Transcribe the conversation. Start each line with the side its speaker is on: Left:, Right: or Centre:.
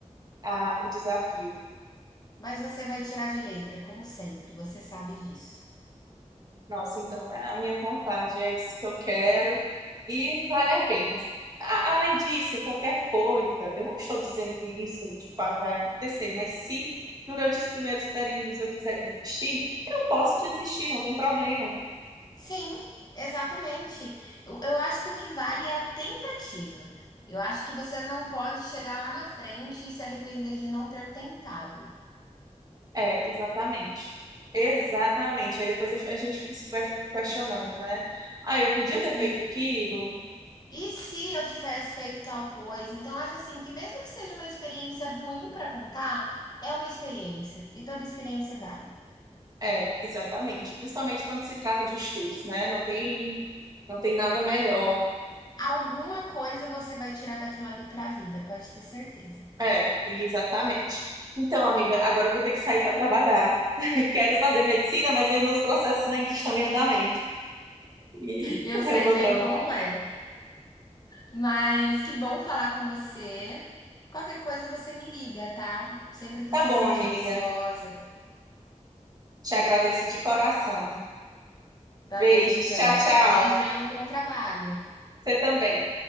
Right: a, o desafio.
Left: mas você vai tirar de letra, como sempre, você sabe disso.
Right: Nossa, então é a minha vontade, é isso que eu quero e vale a pena. A- além disso, qualquer coisa, eu não estou dizendo que isso de fato vai acontecer, mas se durante os primeiros períodos eu quiser desistir, eu posso desistir, não tem problema.
Left: Sim, exatamente. Eu, eu acho que o que vale é a tentativa. Eu acho que você não pode chegar lá na frente e se arrepender de não ter tentado.
Right: É, exatamente. Exatamente. Aí depois eu fi- a gente fica se que- questionando, né? Ah, eu podia
Left: Sim.
Right: ter feito aquilo?
Left: E se eu tivesse feito tal coisa? Então, acho assim que, mesmo que seja uma experiência ruim para contar, é uma experiência. E toda experiência é válida.
Right: É, exatamente. Principalmente quando se trata de estudos, né? Não tem, não tem nada melhor.
Left: Alguma coisa você vai tirar daquilo ali para a vida, pode ter certeza.
Right: É, exatamente. Então, amiga, agora eu vou ter que sair para trabalhar. <laughs> Quero fazer medicina, mas aí meus processos ainda estão em andamento. E <laughs>
Left: Eu sei
Right: eu vou
Left: bem
Right: trabalhar.
Left: como é, mas que bom falar com você. Qualquer coisa você me liga, tá? Sempre que
Right: Tá
Left: se
Right: bom,
Left: sentir
Right: amiga.
Left: ansiosa,
Right: Te
Left: eu
Right: agradeço
Left: tô por aqui.
Right: de coração.
Left: Tá
Right: Beijos.
Left: bom, então.
Right: Tchau, tchau.
Left: Beijão, bom trabalho.
Right: Você também.